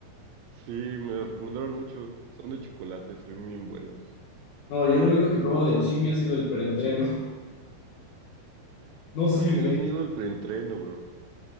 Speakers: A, on the right; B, on the left.
A: Sí, me las recomendaron mucho. Son de chocolate, son bien buenas.
B: No, yo lo único que probo del Jimmy ha sido el preentreno. <laughs> No sirve.
A: No, me da miedo el preentreno, bro.